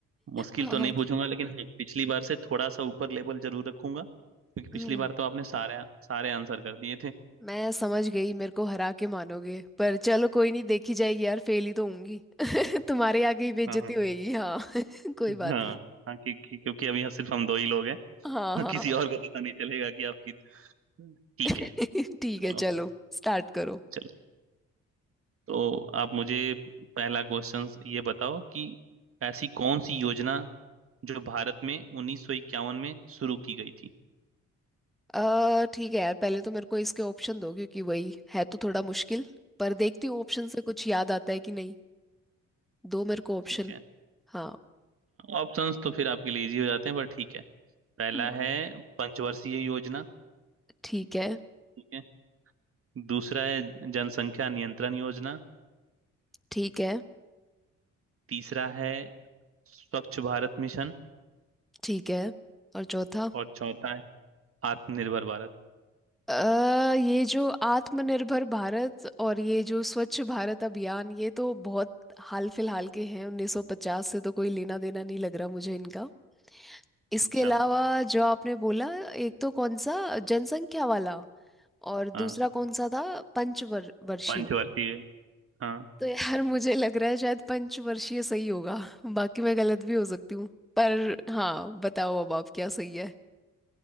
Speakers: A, on the right; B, in the centre.
A: मुश्किल
B: हाँ
A: तो नहीं
B: हाँ
A: पूछूंगा लेकिन हाँ पिछली बार से थोड़ा सा ऊपर लेवल जरूर रखूंगा क्योंकि पिछली
B: हम्म,
A: बार तो आपने सारे सारे आंसर कर दिए थे
B: मैं समझ गई मेरे को हरा के मानोगे पर चलो कोई नहीं देखी जाएगी यार फेल ही तो होंगी <laughs> तुम्हारे आगे ही बेइज्जती
A: हाँ हाँ
B: होएगी हाँ <laughs> कोई बात
A: हाँ
B: नहीं
A: हाँ कि, कि, क्योंकि अभी यहाँ सिर्फ हम दो ही लोग हैं
B: हाँ
A: <laughs>
B: हाँ
A: किसी और को पता नहीं चलेगा कि आप कित- ठीक
B: <laughs>
A: है
B: ठीक
A: चलो
B: है चलो स्टार्ट करो
A: चलो। तो आप मुझे पहला क्वेश्चन ये बताओ कि ऐसी कौन सी योजना जो भारत में उन्नीस सौ इक्यावन में शुरू की गई थी
B: अ ठीक है यार पहले तो मेरे को इसके ऑप्शन दो क्योंकि वही है तो थोड़ा मुश्किल पर देखती हूँ ऑप्शन से कुछ याद आता है कि नहीं दो मेरे को ऑप्शन
A: ठीक है
B: हाँ
A: ऑप्शंस तो फिर आपके लिए इजी हो जाते हैं पर ठीक है पहला
B: हाँ।
A: है पंचवर्षीय योजना
B: ठीक है
A: ठीक है दूसरा है जनसंख्या नियंत्रण योजना
B: ठीक है
A: तीसरा है स्वच्छ भारत मिशन
B: ठीक है और चौथा
A: और चौथा है आत्मनिर्भर भारत
B: अ ये जो आत्मनिर्भर भारत और ये जो स्वच्छ भारत अभियान ये तो बहुत हाल फिलहाल के हैं 1950 से तो कोई लेना देना नहीं लग रहा मुझे इनका इसके
A: अच्छा
B: अलावा जो आपने बोला एक तो कौन सा जनसंख्या वाला और
A: हाँ
B: दूसरा कौन सा था पंचवर्षीय
A: पंचवर्षीय हाँ
B: तो यार मुझे लग रहा है शायद पंचवर्षीय सही होगा बाकी मैं गलत भी हो सकती हूँ पर हाँ बताओ अब आप क्या सही है